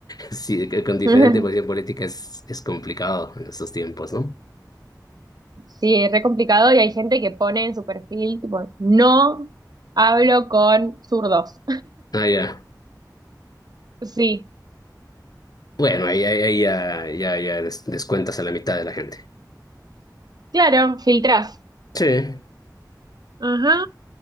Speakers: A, on the left; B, on the right.
A: sí, que con diferente
B: <laughs>
A: posición política es, es complicado en estos tiempos, ¿no?
B: Sí, es re complicado y hay gente que pone en su perfil, tipo, no hablo con zurdos.
A: Ah, ya.
B: <laughs> Sí,
A: Bueno, ahí, ahí, ahí ya, ya, ya des- descuentas a la mitad de la gente.
B: claro, filtrás.
A: Sí.
B: Ajá.